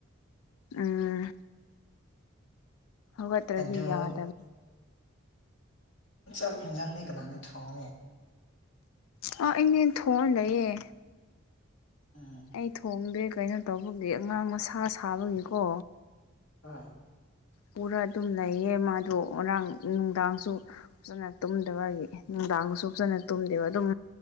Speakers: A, on the left (about 85°); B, on the left (about 60°).
A: ꯎꯝ ꯍꯧꯒꯠꯇ꯭ꯔꯗꯤ
B: ꯑꯗꯣ
A: ꯌꯥꯗꯕꯩ
B: ꯆꯥꯛ ꯏꯟꯁꯥꯡꯗꯤ ꯀꯅꯥꯅ ꯊꯣꯡꯅꯤ
A: ꯑꯥ ꯑꯩꯅꯦꯟ ꯊꯣꯡꯉꯥ ꯂꯩꯌꯦ
B: ꯎꯝ
A: ꯑꯩ ꯊꯣꯡꯗꯦ ꯀꯩꯅꯣ ꯇꯧꯕꯒꯤ ꯑꯉꯥꯡ ꯃꯁꯥ ꯁꯥꯕꯒꯤꯀꯣ
B: ꯍꯣꯏ
A: ꯄꯨꯔ ꯑꯗꯨꯝ ꯂꯩꯌꯦ ꯃꯥꯗꯣ ꯉꯔꯥꯡ ꯅꯨꯡꯗꯥꯡꯁꯨ ꯐꯖꯅ ꯇꯨꯝꯗꯕꯒꯤ ꯅꯨꯡꯗꯥꯡꯗꯁꯨ ꯐꯖꯅ ꯇꯨꯝꯗꯦꯕ ꯑꯗꯨꯝ